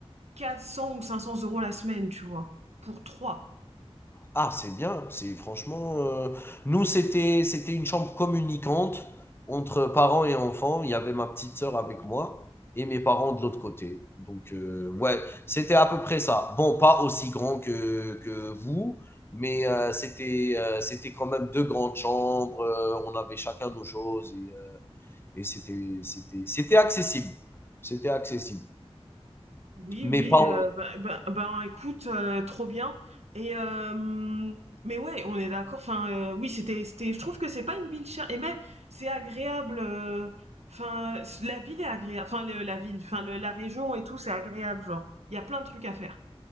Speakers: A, on the right; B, on the left.
A: 400 ou 500 euros la semaine, tu vois, pour trois.
B: Ah, c'est bien, c'est franchement, heu, nous, c'était c'était une chambre communicante entre parents et enfants. Il y avait ma petite sœur avec moi et mes parents de l'autre côté. Donc heu, ouais, c'était à peu près ça. Bon, pas aussi grand que que vous, mais heu, c'était, heu, c'était quand même 2 grandes chambres, heu, on avait chacun nos choses et heu et c'était c'était c'était accessible, c'était accessible.
A: Oui,
B: Mais
A: oui,
B: pas
A: heu,
B: en
A: bah bah ben, écoute, heu, trop bien et hem, mais ouais, on est d'accord, enfin, heu, oui, c'était c'était je trouve que c'est pas une ville chère et même c'est agréable, heu, enfin, la ville est agréable, enfin le la ville, enfin le la région et tout, c'est agréable, genre. Il y a plein de trucs à faire.